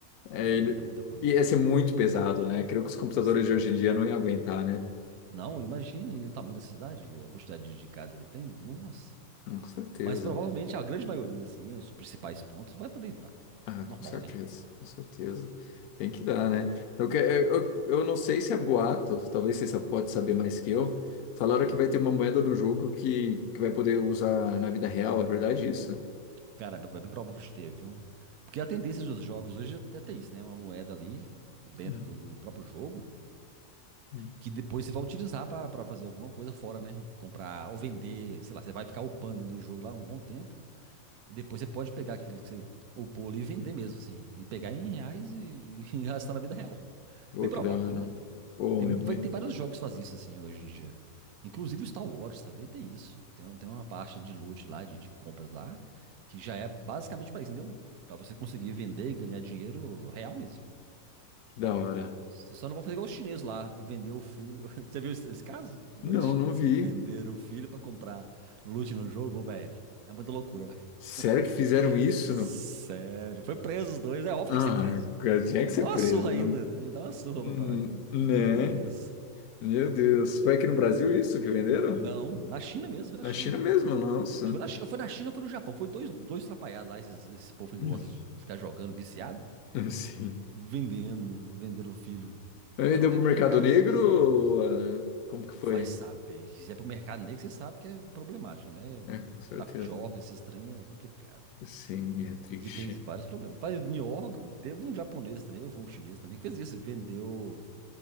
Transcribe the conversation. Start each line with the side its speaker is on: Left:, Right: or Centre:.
Left: É,
Right: é muita,
Left: ele...
Right: muita coisa,
Left: Ia
Right: viu?
Left: ser muito pesado, né? Creio que os computadores
Right: Sim.
Left: de hoje em dia não iam aguentar, né?
Right: Não, imagina e o tamanho da cidade, a quantidade de, de casa que tem, nossa.
Left: Hum, Com certeza.
Right: Mas provavelmente a grande maioria, assim, os principais pontos, vai poder entrar.
Left: Ah,
Right: Normal,
Left: com certeza,
Right: né?
Left: com certeza. Tem que dar, né? Eu, que- eu, eu não sei se é boato, talvez você só pode saber mais que eu. Falaram
Right: Sim.
Left: que vai ter uma moeda do jogo que, que vai poder usar na vida real, é verdade isso?
Right: Cara, é bem provável que esteve, viu? Porque a tendência dos jogos hoje é até isso, né? Uma moeda ali dentro
Left: Hum,
Right: do, do próprio jogo
Left: hum.
Right: que depois você vai utilizar pra pra fazer alguma coisa fora, né? Comprar ou vender, sei lá, você vai ficar upando dentro do jogo lá um bom tempo e depois você pode pegar aquilo que você upou ali e vender mesmo, assim, e pegar em reais e, <laughs> e gastar na vida real.
Left: Pô,
Right: Bem provável,
Left: que da hora.
Right: viu?
Left: Pô,
Right: Tem,
Left: minha
Right: mu-
Left: mãe.
Right: vai, tem vários jogos que fazem isso assim hoje em dia. Inclusive o Star Wars também tem isso. Tem, um- tem uma parte de loot lá, de, de compras lá, que já é basicamente para isso, entendeu? Para você conseguir vender e ganhar dinheiro real mesmo.
Left: Que da hora.
Right: Você só não pode fazer igual os chineses lá, vender o filho. <laughs> Você viu esse, esse caso? Dois
Left: Não,
Right: chineses
Left: não vi.
Right: que venderam o filho para comprar loot no jogo, Ô, velho. É muita loucura, velho.
Left: Sério
Right: <laughs>
Left: que fizeram isso?
Right: Sério, foi preso os dois. É óbvio que
Left: Ah,
Right: tem que ser preso.
Left: cara, tinha que
Right: Tem
Left: ser
Right: que dar uma
Left: preso,
Right: surra ainda.
Left: não-
Right: Tem que dar uma surra
Left: Hum,
Right: pra parar com os- com
Left: né?
Right: as loucuras dessas.
Left: Meu Deus, foi aqui no Brasil isso que venderam?
Right: Não, na China mesmo, foi na
Left: Na
Right: China.
Left: China mesmo, nossa.
Right: Mas foi na, Chi- foi na China ou foi no Japão? Foi dois, dois atrapalhados lá, esses, esse povo que
Left: <laughs>
Right: gosta de ficar jogando, viciado,
Left: Hum, Sim.
Right: vendendo, vendendo o filho.
Left: Vendeu
Right: Não, tem,
Left: pro mercado
Right: tem casos
Left: negro?
Right: bizarros.
Left: ou, ah, como que foi?
Right: Vai saber que se é pro mercado negro, você sabe que é problemático, né?
Left: É, com certeza.
Right: Tráfico de órgãos, esse estranho é complicado.
Left: Sim, é triste.
Right: E tem vários problemas. Falando em órgão, teve um japonês também, ou foi um chinês também, que fez isso, vendeu,